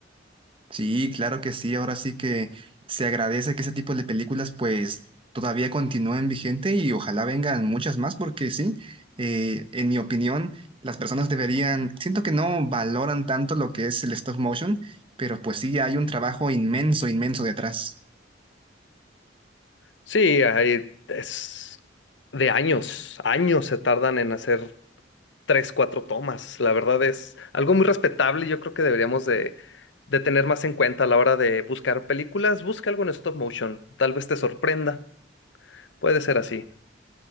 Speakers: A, on the right (about 30°); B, on the left (about 85°).
A: Sí, claro que sí. Ahora sí que se agradece que ese tipo de películas pues todavía continúen vigente y ojalá vengan muchas más porque sí, eh, en mi opinión, las personas deberían, siento que no valoran tanto lo que es el stop motion, pero pues sí, hay un trabajo inmenso, inmenso detrás.
B: Sí, hay, es de años, años se tardan en hacer tres, cuatro tomas. La verdad es algo muy respetable y yo creo que deberíamos de, de tener más en cuenta a la hora de buscar películas. Busca algo en stop motion, tal vez te sorprenda. Puede ser así.